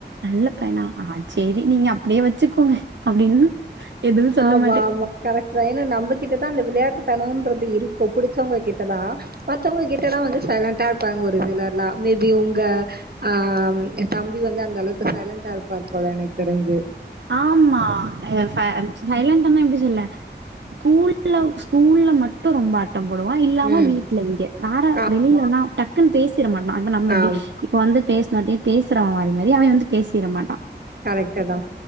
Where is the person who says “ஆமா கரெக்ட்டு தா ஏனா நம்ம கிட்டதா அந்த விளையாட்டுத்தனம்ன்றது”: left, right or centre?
Right